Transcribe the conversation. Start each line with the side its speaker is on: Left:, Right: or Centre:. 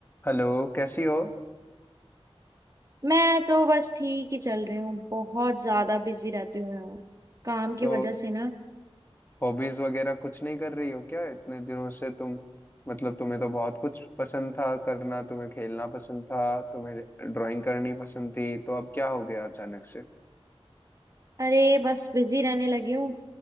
Left: Hello कैसी हो
Right: मैं तो बस ठीक ही चल रही हूँ बहुत ज्यादा बिजी रहती हूँ यार काम की
Left: तो
Right: वजह से ना
Left: हॉबीज वगैरह कुछ नहीं कर रही हो क्या इतने दिनों से तुम मतलब तुम्हें तो बहुत कुछ पसंद था करना तुम्हें खेलना पसंद था तुम्हें ड्राइंग करनी पसंद थी तो अब क्या हो गया अचानक से
Right: अरे बस बिजी रहने लगी हूँ